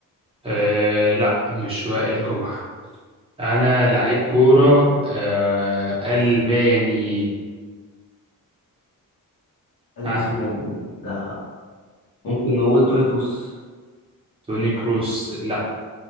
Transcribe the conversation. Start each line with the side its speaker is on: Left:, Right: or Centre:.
Right: آه لا مش وائل جمعة أنا لعيب كورة آه ألماني
Left: ألماني
Right: ها
Left: ده ممكن نقول توني كروس
Right: توني كروس لا